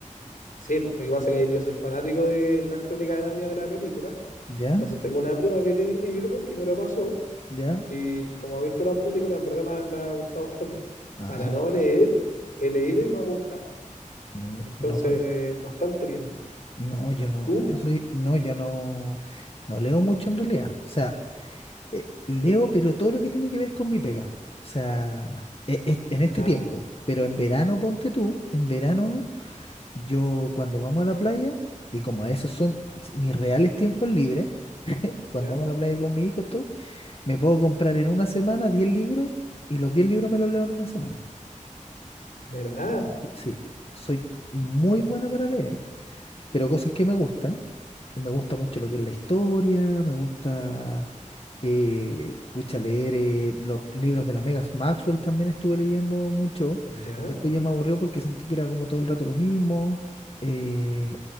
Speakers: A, on the left (about 85°); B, on the left (about 45°).
A: sí, po, lo que pasa es que yo soy fanático de las crónicas de Narnia de la película.
B: ¿Ya?
A: Entonces tengo una prima que tiene el libro y me lo pasó.
B: ¿Ya?
A: Y como he visto la película, en verdad me, ha me ha gustado bastante.
B: Ah,
A: Para no leer, he leído y me ha gustado.
B: mm,
A: Entonces,
B: no,
A: bastante bien.
B: no, yo no,
A: ¿Tú?
B: yo soy, no, yo no, no leo mucho en realidad. O sea, eh, leo, pero todo lo que tiene que ver con mi pega. O sea, e- es- en este
A: Ah,
B: tiempo.
A: perfecto.
B: Pero en verano, ponte tú, en verano. Yo cuando vamos a la playa, y como a esos son mis reales tiempos libres, <laughs> cuando
A: ¿Ya?
B: vamos a la playa con mi hijo todo, me puedo comprar en una semana 10 libros y los 10 libros me los leo en una semana.
A: ¿Verdad?
B: Y Sí, soy muy buena para leer, pero cosas que me gustan. y Me gusta mucho lo que es la historia, me gusta, eh, pucha, leer eh, los libros de la Megas Maxwell también estuve leyendo mucho.
A: ¿Ya?
B: Después ya me aburrió porque sentí que era como todo el rato lo mismo. eh,